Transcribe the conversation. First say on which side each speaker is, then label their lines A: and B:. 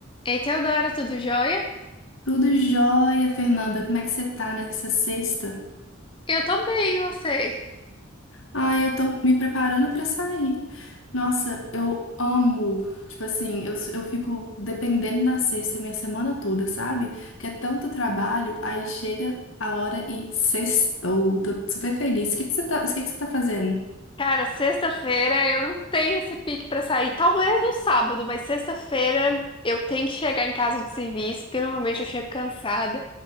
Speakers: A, on the left; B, on the left.
A: Ei, Teodora, tudo jóia?
B: Tudo jóia, Fernanda. Como é que você tá nessa sexta?
A: Eu tô bem, e você?
B: Ah, eu tô me preparando pra sair. Nossa, eu amo. Tipo assim, eu, eu fico dependendo da sexta minha semana toda, sabe? Porque é tanto trabalho, aí chega a hora e sextou. Tô super feliz. O que que você tá, o que que você tá fazendo?
A: Cara, sexta-feira eu não tenho esse pique pra sair. Talvez no sábado, mas sexta-feira eu tenho que chegar em casa do serviço, porque normalmente eu chego cansada.